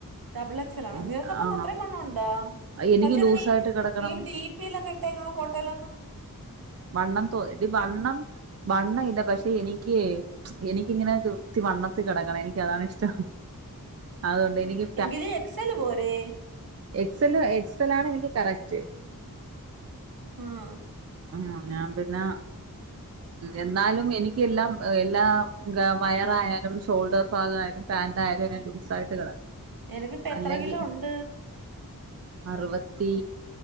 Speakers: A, on the right; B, on the right.
A: ഡബിൾ എക്സലോ
B: എനിക്ക്
A: നിനക്കപ്പ
B: ആഹ്
A: അത്രേം വണ്ണണ്ടോ
B: എനിക്ക്
A: പക്ഷെ <unintelligible>
B: ലൂസായിട്ട്
A: നി
B: കിടക്കണം
A: ഈ ഡിപി യിലൊക്കെ ഇട്ടേക്കണ ഫോട്ടോലൊന്നും
B: വണ്ണം തോ വണ്ണം വണ്ണം ഇല പക്ഷെ എനിക്ക് എനിക്കിങ്ങനെ വണ്ണത്തി കിടക്കണം എനിക്ക് അതാണ് ഇഷ്ടം അതുകൊണ്ട് എനിക്ക്
A: എങ്കില് എക്സല് പോരെ
B: എക്സെല് എക്സെൽ ആണ് എനിക്ക് കറക്റ്റ്
A: ആഹ്
B: ആ ഞാൻ പിന്നെ എന്നാലും എനക്ക് എല്ലാം എല്ലാ വയറയാലും ഷോൾഡർ ഭാഗയാലും പാന്റായയാലും എല്ലാം ലൂസ് ആയിട്ട് കിടക്കണം
A: എനക്കിപ്പോ എത്ര
B: അല്ലെങ്കിൽ
A: കിലോ ഉണ്ട്
B: അറുപത്തി